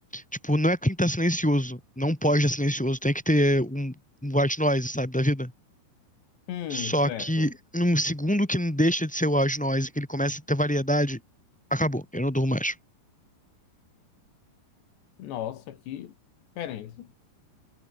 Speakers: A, in the centre; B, on the left.
A: Tipo, não é que tá silencioso. Não pode estar silencioso. Tem que ter um, um white noise, sabe, da vida.
B: Hum,
A: Só
B: certo.
A: que num segundo que não deixa de ser o white noise, que ele começa a ter variedade, acabou. Eu não durmo mais.
B: Nossa, que diferente.